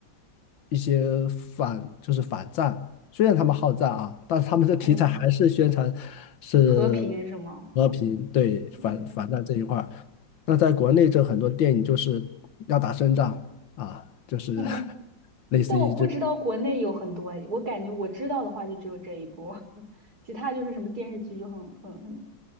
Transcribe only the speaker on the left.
一些反就是反战，虽然他们好战啊，但是他们的题材还是宣传是
和平，对反反战这一块儿。
那在国内，这很多电影就是要打胜仗啊，就是
<laughs> 类似于这，